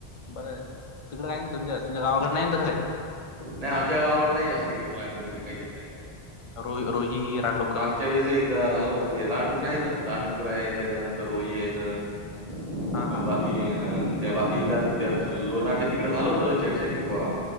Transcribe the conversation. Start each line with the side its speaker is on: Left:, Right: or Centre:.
Left: बरं आहे तिकड हाय ना तुमच्या तुमच्या गावाकड नाही ना तस काही
Right: नाय आमच्या गावाकड नाय जास्त इकडे प्राणी वगैरे काही येत नाही त
Left: रोही रोही रांडोकर
Right: हो ते मागच्या वेळेस ते एकदा झालं होतं ते रानडुकरा आहेत रानडुकरा आहेत त्याच्यानंतर रोई आहेत. त
Left: हा हा हा
Right: बाकी हं त्या बाकी एकदा अजून त्या लोणारच्या तिक इकडं झालं होत चर्चा की वा